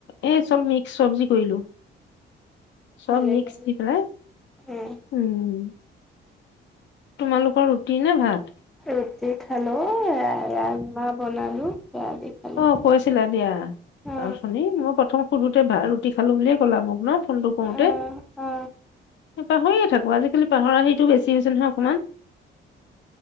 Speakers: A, on the left (about 65°); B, in the centre.
A: এই চব মিক্স চব্জি কৰিলো।
B: ভালে
A: চব মিক্স
B: গল
A: দি পেলাই
B: অ
A: উম। তোমালোকৰ ৰুটি নে ভাত।
B: ৰুটি খালো ৰাজমাহ বনালো। সেয়া দি খালো
A: অ কৈছিলা দিয়া।
B: অ
A: উঠনি, মই প্ৰথম সুধোতে ভ ৰুটি খালো বুলিয়ে কলা মোক ন ফোনটো কৰোতে।
B: অ অ
A: পাহৰিয়ে থাকো আজিকালি পাহৰা সিটো বেছি হৈছে নহয় অকমান।